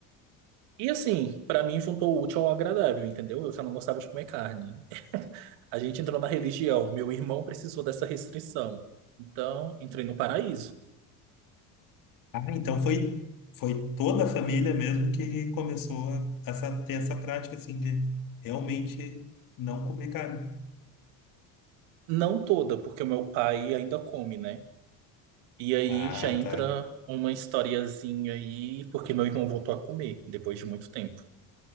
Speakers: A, on the right; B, on the left.
A: E assim, pra mim juntou o útil ao agradável, entendeu? Eu já não gostava de comer carne. A gente entrou na religião, meu irmão precisou dessa restrição. Então, entrei no paraíso.
B: Ah, então foi, foi toda a família mesmo que começou a, essa, ter essa prática, assim, de realmente não comer carne.
A: Não toda, porque o meu pai ainda come, né? E aí
B: Ah,
A: já entra
B: tá.
A: uma historiazinha aí, porque meu irmão voltou a comer depois de muito tempo.